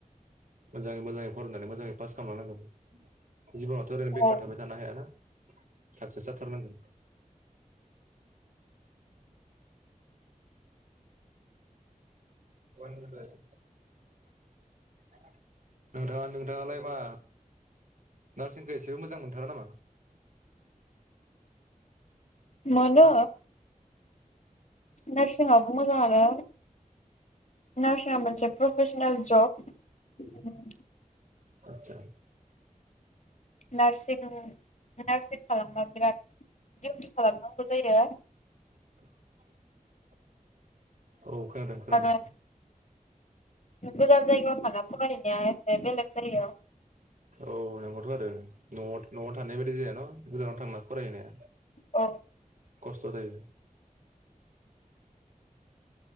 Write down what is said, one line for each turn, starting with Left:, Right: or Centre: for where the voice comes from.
Right: मोजाङै मोजाङै फरायनानै मोजाङै पास खालामलनांगोन जिबनावथ' ओरैनो बेखार
Left: औ
Right: थाबाय थानो हायाना। साक्सेस जाथारनांगोन। <unintelligible> नोंथाङालाय मा नार्सिंखौ एसेबो मोजां मोनथारा नामा
Left: मोनो नोरसिंआबो मोजांङानो नारसिङाबो‌मोनसे प्रफेसनेल ज'
Right: आतसा
Left: नारसिं नार्सिं खालामबा बिराद दिउटि खालामांगौ। फैदो
Right: <unintelligible> औ खोनादों खोनादों।
Left: आरो गोजान जायगायाव थाङा फरायनाया एसे बेलेग जायो।
Right: औ नोंगौथ' आरो न'आव न'आव थानाय बायदि जायान' गोजानाव थांना फरायहैनाया
Left: औ
Right: खस्थ' जायो।